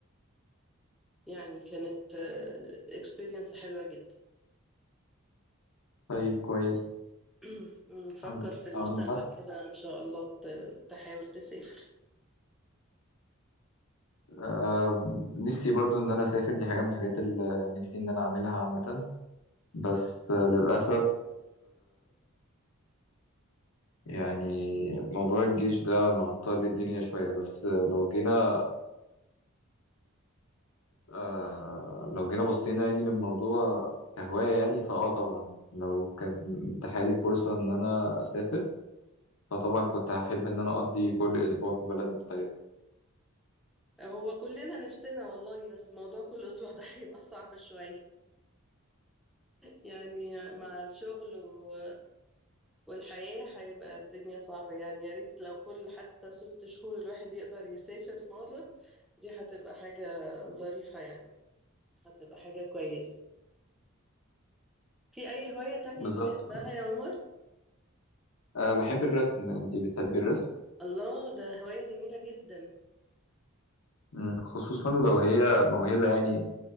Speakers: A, in the centre; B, on the left (about 75°).
A: يعني كانت اكسبيرينس حلوة جدا
B: طيب كويس
A: <clears throat> نفكر
B: عم-
A: في المستقبل
B: عامة
A: كده إن شاء الله ت- تحاول تسافر
B: آه نفسي برضو إن أنا أسافر دي حاجة من الحاجات اللي نفسي إن أنا أعملها عامة بس آه للأسف يعني موضوع الجيش ده معطل الدنيا شوية بس آه لو جينا آه لو جينا بصينا يعني للموضوع كهواية يعني فأه طبعا لو كان اتاحالي فرصة إن أنا أسافر فطبعا كنت هحب إن أنا أقضي كل أسبوع في بلد مختلف
A: هو كلنا نفسنا والله بس موضوع كل أسبوع <laughs> ده هيبقى صعب شوية يعني مع الشغل و... والحياة هيبقى الدنيا صعبة يعني يا ريت لو كل حتى ست شهور الواحد يقدر يسافر مرة دي هتبقى حاجة ظريفة يعني هتبقى حاجة كويسة في أي هواية تانية
B: بالظبط
A: بتحبها يا عمر؟
B: آه بحب الرسم أنتي بتحبي الرسم؟
A: الله ده هواية جميلة جدا
B: مم. خصوصا لو هي موهبة يعني